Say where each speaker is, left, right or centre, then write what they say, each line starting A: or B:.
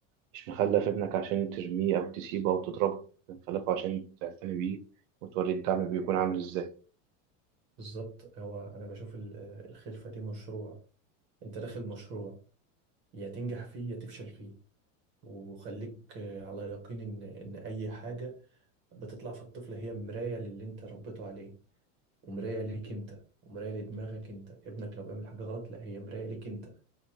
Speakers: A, on the right (about 75°); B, on the right (about 30°).
A: مش مخلف ابنك عشان ترميه أو تسيبه أو تضربه أنت مخلفه عشان تعتني بيه وتوري الدعم بيكون عامل إزاي
B: بالظبط هو أنا بشوف ال- الخلفة دي مشروع أنت داخل مشروع يا تنجح فيه يا تفشل فيه وخليك على يقين إن إن أي حاجة بتطلع في الطفل هي مراية للي انت ربيته عليه ومراية ليك انت ومراية لدماغك انت ابنك لو بيعمل حاجة غلط لا هي مراية ليك انت